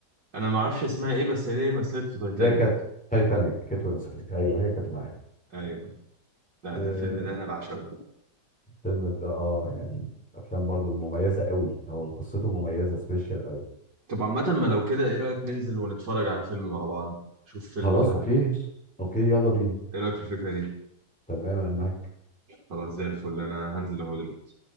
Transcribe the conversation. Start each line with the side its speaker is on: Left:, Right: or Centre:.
Right: انا ما اعرفش اسمها ايه بس هي مثلت في تايتانيك
Centre: اللي هي كانت تايتانيك كيت وينسلت ايوه هي كانت معاك
Right: ايوه لا
Centre: آه،
Right: ده الفيلم ده انا بعشقه
Centre: الفيلم ده اه يعني افلام برضو المميزه قوي هو قصته مميزه سبيشال قوي
Right: طب عامة ما لو كده ايه رأيك ننزل ونتفرج على فيلم مع بعض شوف فيلم
Centre: خلاص
Right: كده
Centre: اوكي اوكي يلا بينا
Right: ايه رأيك في الفكرة دي
Centre: تمام انا معاك
Right: خلاص زي الفل انا هنزل اهو دلوقتي